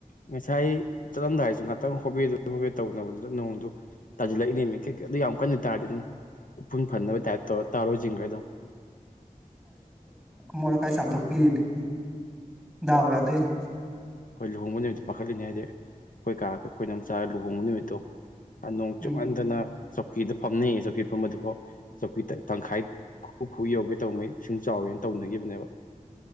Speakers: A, on the left; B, in the centre.
A: ꯉꯁꯥꯏ ꯆꯠꯂꯝꯗ ꯍꯥꯏꯁꯨ ꯈꯤꯇꯪ ꯍꯣꯕꯤꯦ ꯑꯗꯨ ꯍꯣꯦ ꯇꯧꯅꯕꯗꯨꯗ ꯅꯣꯡꯗꯨ ꯇꯥꯁꯤꯜꯂꯛꯏꯅꯦꯃꯤꯡ ꯀꯩꯩ ꯑꯗꯨ ꯌꯥꯝ ꯀꯟꯅ ꯇꯥꯗꯨꯅ ꯎꯄꯨꯟ ꯐꯅꯕ ꯇꯥꯏꯠ ꯇꯔꯨ ꯆꯤꯡꯒꯥꯏꯗ
B: ꯃꯣꯃꫭꯠ ꯑꯀꯥꯏ ꯆꯥꯝꯊꯣꯛꯄꯤꯔꯤꯅꯤ ꯗꯧ ꯌꯥꯗꫭꯏꯖꯦ
A: ꯑꯈꫭꯏ ꯂꯨꯍꯣꯡꯕ ꯅꯨꯃꯤꯠꯇꯣ ꯄꯥꯈꯠꯂꯤꯅꯤ ꯍꯥꯏꯗꯤ ꯑꯩꯈꯣꯏ ꯀꯥꯔꯒ ꯑꯩꯈꯣꯏꯅ ꯑꯃꯝ ꯆꯥꯔꯒ ꯂꯨꯍꯣꯡꯕ ꯅꯨꯃꯤꯠꯇꯣ ꯅꯣꯡ
B: ꯎꯝ
A: ꯆꯨꯞꯄꯟꯗꯅ ꯆꯧꯀ꯭ꯔꯤꯗ ꯐꯝꯅꯩ ꯆꯧꯀ꯭ꯔꯤ ꯐꯝꯕꯗꯨꯐꯥꯎ ꯆꯧꯀꯤ ꯇꯪꯈꯥꯏ ꯈꯨ ꯈꯨ ꯌꯧꯒꯦ ꯇꯧꯕꯉꯩ ꯏꯁꯤꯡ ꯆꯥꯎꯋꯦꯅ ꯇꯧꯅꯈꯤꯕꯅꯦꯕ